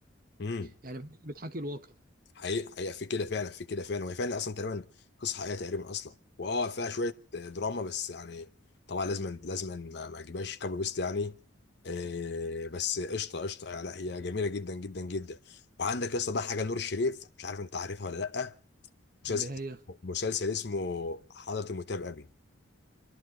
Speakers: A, on the left (about 55°); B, on the right (about 45°).
A: امم
B: يعني بتحكي الواقع
A: حقيقة حقيقة في كده فعلا في كده فعلا وهي فعلا اصلا تقريبا قصة حقيقية تقريبا اصلا واه فيها شوية دراما بس يعني طبعا لازم لازم ما ما اجيبهاش كابو بيست يعني آه بس قشطة قشطة يعني لا هي جميلة جدا جدا جدا وعندك يا اسطى بقى حاجة نور الشريف مش عارف انت عارفها ولا لا مسلسل
B: اللي هي
A: مسلسل اسمه حضرة المتهم ابي